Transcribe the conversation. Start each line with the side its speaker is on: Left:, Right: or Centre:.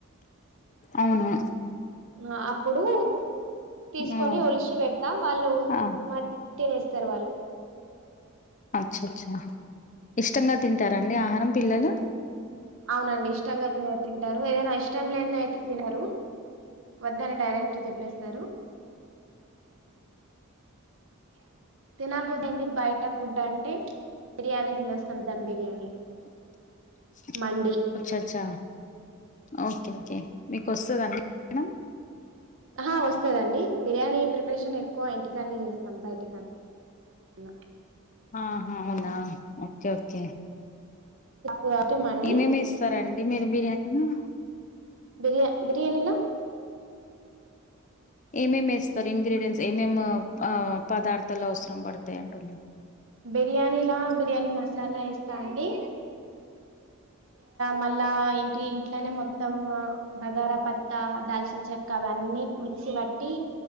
Left: అవును
Right: ఆ అప్పుడు తీసుకొని
Left: ఆ
Right: ఒలిసి పెడత వాళ్ళు
Left: ఆ
Right: మ తినేస్తారు వాళ్ళు
Left: అచ్చ అచ్చా ఇష్టంగా తింటారాండి ఆహారం పిల్లలు
Right: అవునండి ఇష్టంగా తింటారు ఏదైనా ఇష్టం లేనిదయితే తినరు వద్దని డైరెక్ట్ చెప్పేస్తారు తినబుద్ది అయింది బయట ఫుడ్ అంటే బిర్యానీ తినేస్తాం ధమ్ బిర్యానీ
Left: స
Right: మండి
Left: అచ్చా అచ్చా ఓకే ఓకే మీకొస్తద అండి ఏం అయిన
Right: ఆహా వస్తదండి బిర్యానీ ప్రిపరేషన్ ఎక్కువ ఇంటికన్నే చేస్తాం బయటి కాన్న అలా
Left: ఆహా అవునా ఓకే ఓకే
Right: కాబట్టి మండి
Left: ఏమేమి ఎస్తారండి మీరు బిర్యానీ లా
Right: బియా బిర్యానీలా
Left: ఏమేమి వేస్తారు ఇంగ్రీడియంట్స్ ఏమేమి ఆ పదార్థాలు అవస రం పడుతయండి
Right: బిర్యానీలా బిర్యానీ మసాలా వేస్తా అండి మళ్ళా ఇంటి ఇంట్లనే మొత్తం బగారాపత్తా దాల్చిన చెక్కవ ఇవన్నీ మిక్సీ వట్టి